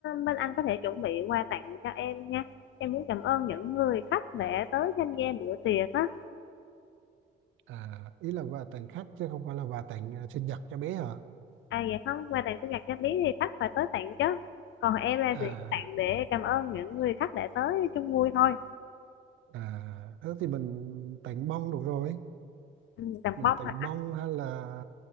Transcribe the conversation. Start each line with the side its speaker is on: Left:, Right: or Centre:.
Left: bên anh có thể chuẩn bị quà tặng cho em nha em muốn cảm ơn những người khách đã tới tham gia bữa tiệc á
Right: à ý là quà tặng khách chứ không phải là quà tặng ờ, sinh nhật cho bé hả
Left: À dạ không, quà tặng sinh nhật cho Lý thì khách phải tới tặng chứ. Còn em là
Right: à
Left: chỉ tặng để cảm ơn những người khách đã tới chung vui thôi.
Right: à thế thì mình tặng bông được rồi
Left: Ừ, tặng
Right: mình
Left: bông
Right: tặng
Left: hả?
Right: bông hay là